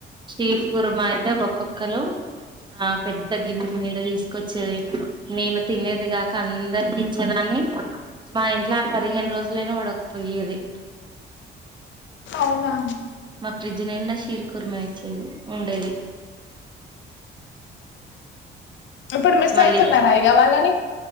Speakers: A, on the right; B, on the left.
A: శ్రీ కుర్మా అయితే ఒక్కొక్కలు ఆ పెద్ద గిన్నె నిండా తీసుకొచ్చేది నేను తినేది కాక అందరి ఇచ్చేదాన్ని మా ఇంట్లో ఆ పదిహేను రోజులైనా ఉడకపోయేది
B: అవునా
A: మా ఫ్రిడ్జ్ నిండా షేర్ కుర్మా ఇచ్చేది ఉండేది
B: ఇప్పుడు మిస్
A: మళ్ళీ
B: అయితున్నారా ఇగ వాళ్ళని